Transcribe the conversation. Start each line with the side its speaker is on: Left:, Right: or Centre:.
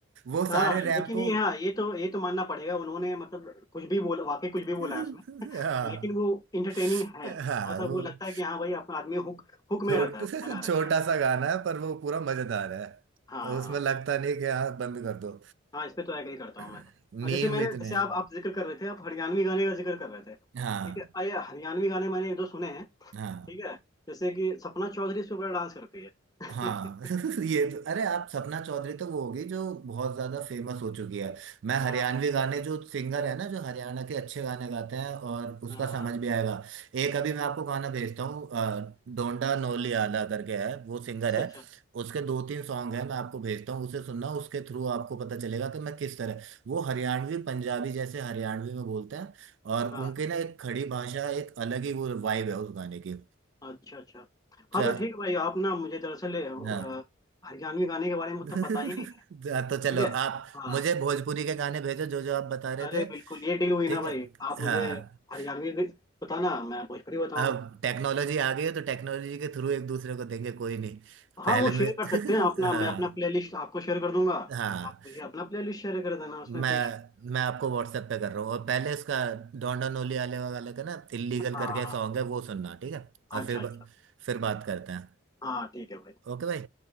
Right: वो
Left: हाँ
Right: सारे
Left: लेकिन
Right: रैप को
Left: ये हाँ ये तो ये तो मानना पड़ेगा उन्होंने मतलब कुछ भी बोला वाकई कुछ भी
Right: <laughs>
Left: बोला है उसमें
Right: हाँ
Left: लेकिन वो इंटरटेनिंग है
Right: हाँ
Left: थोड़ा सा
Right: वो
Left: वो लगता है कि हाँ भाई अपना आदमी हुक हुक में
Right: छोट
Left: रहता है बना रहता
Right: <laughs> छोटा
Left: है
Right: सा गाना है पर वो पूरा मजेदार है
Left: हाँ
Right: उसमें
Left: हाँ।
Right: लगता नहीं कि हाँ बंद कर दो
Left: हाँ इस पे तो एग्री करता
Right: <clears throat>
Left: हूँ मैं और
Right: मीम
Left: जैसे मैंने
Right: इतने
Left: जैसे
Right: हैं।
Left: आप आप जिक्र कर रहे थे आप हरियाणवी गाने का जिक्र कर रहे थे ठीक
Right: हाँ
Left: है अरे हरियाणवी गाने मैंने एक दो सुने हैं
Right: हाँ
Left: ठीक है जैसे कि सपना चौधरी इस पे बड़ा डांस करती है <laughs>
Right: हाँ <laughs> ये तो, अरे आप सपना चौधरी तो वो होगी जो बहुत ज्यादा फेमस हो चुकी है मैं हरियाणवी
Left: हाँ
Right: गाने जो सिंगर है ना जो हरियाणा के अच्छे गाने गाते हैं और उसका
Left: हाँ
Right: समझ
Left: हाँ
Right: भी आएगा एक अभी मैं आपको गाना भेजता हूँ अ, डोंडा नोली आला करके है वो सिंगर
Left: अच्छा
Right: है
Left: अच्छा
Right: उसके दो तीन सॉन्ग है मैं आपको भेजता हूँ उसे सुनना उसके थ्रू आपको पता चलेगा कि मैं किस तरह वो हरियाणवी पंजाबी जैसे हरियाणवी में बोलते हैं और
Left: हाँ
Right: उनके ना एक खड़ी भाषा एक अलग ही वो वाइब है उस गाने की
Left: अच्छा अच्छा
Right: च-
Left: हाँ तो ठीक है भाई आप ना मुझे दरअसल अ,
Right: हाँ।
Left: हरियाणवी गाने के बारे
Right: <laughs>
Left: में उतना
Right: तो
Left: पता ही नहीं है ठीक
Right: चलो
Left: है
Right: आप
Left: हाँ
Right: मुझे भोजपुरी के गाने भेजो जो जो आप बता रहे
Left: अरे
Right: थे
Left: बिल्कुल ये डील हुई
Right: ठीक
Left: ना भाई
Right: है
Left: आप मुझे
Right: हाँ
Left: हरियाणवी भी बताना मैं भोजपुरी बताऊंगा
Right: अब टेक्नोलॉजी आ गई है तो टेक्नोलॉजी के थ्रू एक दूसरे को देंगे कोई नहीं
Left: हाँ
Right: पहले
Left: वो शेयर
Right: मैं
Left: कर सकते हैं अपना
Right: <laughs> हाँ
Left: मैं अपना प्लेलिस्ट आपको शेयर कर दूंगा
Right: हाँ
Left: आप मुझे अपना प्लेलिस्ट शेयर कर देना उसमें
Right: मैं
Left: कोई
Right: मैं आपको व्हाट्सएप पे कर रहा हूँ और पहले इसका डोंडा नोली आले वाले का ना इल्लीगल
Left: हाँ
Right: करके सॉन्ग है वो सुनना ठीक है और
Left: अच्छा
Right: फिर
Left: अच्छा
Right: ब- फिर बात करते हैं
Left: हाँ ठीक है भाई
Right: ओके भाई